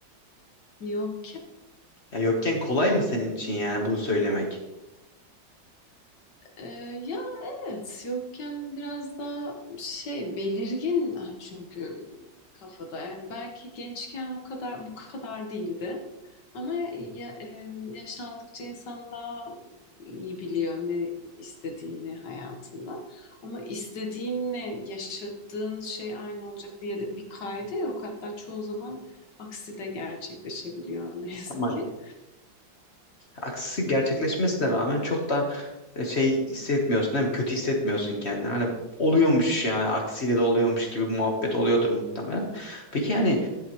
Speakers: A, on the left (about 65°); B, on the left (about 40°).
A: yok
B: Ya yokken kolay mı senin için yani bunu söylemek?
A: Ee, ya evet yokken biraz daha şey belirgin ha, çünkü kafada yani belki gençken o kadar bu kadar değildi ama ya, e, yaş aldıkça insan daha iyi biliyor ne istediğini hayatında ama istediğinle yaşadığın şey aynı olacak diye de bir kaydı yok hatta çoğu zaman aksi de gerçekleşebiliyor ne yazık
B: Ama
A: ki.
B: aksi gerçekleşmesine rağmen çok da e, şey hissetmiyorsun değil mi? Kötü hissetmiyorsun kendini. Hani oluyormuş yani aksiyle de oluyormuş gibi bir muhabbet oluyordur muhtemelen. Peki yani